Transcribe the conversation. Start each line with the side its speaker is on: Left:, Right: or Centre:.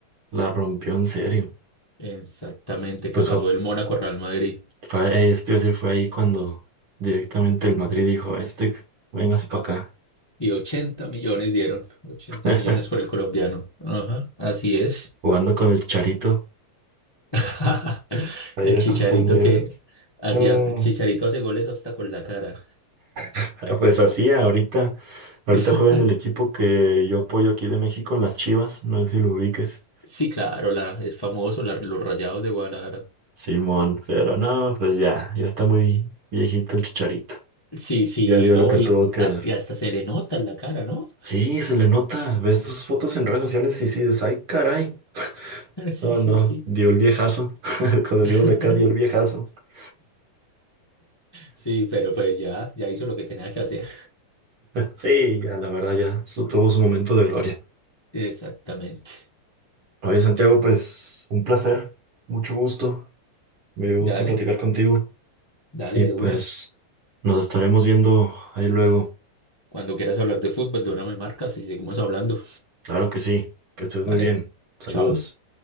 Right: la rompió en serio.
Left: exactamente,
Right: Pues
Left: que pasó
Right: fue,
Left: del Mónaco al Real Madrid.
Right: fue, eh, esto iba a decir, fue ahí cuando directamente el Madrid dijo, este, véngase para acá.
Left: Y 80 millones dieron, 80
Right: <laughs>
Left: millones por el colombiano. Ajá, así es.
Right: Jugando con el Charito.
Left: <laughs>
Right: Ahí
Left: El
Right: de
Left: Chicharito
Right: compañeros.
Left: que hacía,
Right: No.
Left: el Chicharito hace goles hasta con la cara.
Right: Ah, Pues así, ahorita, ahorita
Left: <laughs>
Right: juega en el equipo que yo apoyo aquí de México, en las Chivas, no sé si lo ubiques,
Left: Sí, claro, la, es famoso, la- los Rayados de Guadalajara.
Right: Simón, pero no, pues ya, ya está muy viejito el Chicharito,
Left: Sí, sí,
Right: ya dio
Left: no,
Right: lo que
Left: y,
Right: tuvo que
Left: y
Right: dar.
Left: a- y hasta se le nota en la cara, ¿no?
Right: Sí, se le nota, ves sus fotos en redes sociales y sí, dices, ay, caray,
Left: <laughs> Sí,
Right: no,
Left: sí,
Right: no,
Left: sí.
Right: dio el viejazo, <laughs> cuando decimos
Left: <laughs>
Right: acá, dio el viejazo. <laughs>
Left: Sí, pero pues ya, ya hizo lo que tenía que hacer.
Right: Sí, ya, la verdad, ya su- tuvo su momento de gloria.
Left: Exactamente.
Right: Oye, Santiago, pues un placer, mucho gusto. Me gusta
Left: Dale,
Right: platicar contigo
Left: dale
Right: y pues
Left: de una.
Right: nos estaremos viendo ahí luego.
Left: Cuando quieras hablar de fútbol, de una me marcas y seguimos hablando.
Right: Claro que sí, que estés
Left: Vale,
Right: muy bien. Saludos.
Left: chao.